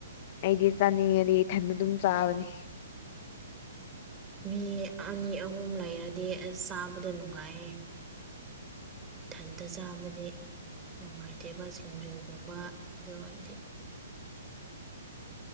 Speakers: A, on the left (about 40°); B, on the right (about 20°).
A: ꯑꯩꯗꯤ ꯆꯥꯅꯤꯡꯉꯗꯤ ꯏꯊꯟꯗ ꯑꯗꯨꯝ ꯆꯥꯕꯅꯤ
B: ꯃꯤ ꯑꯅꯤ ꯑꯍꯨꯝ ꯂꯩꯔꯗꯤ ꯑꯁ ꯆꯥꯕꯗꯣ ꯅꯨꯡꯉꯥꯏꯌꯦ ꯏꯊꯟꯇ ꯆꯥꯕꯗꯤ ꯅꯨꯡꯉꯥꯏꯇꯦꯕ ꯁꯤꯡꯖꯨꯒꯨꯝꯕ ꯑꯗꯨꯔꯗꯤ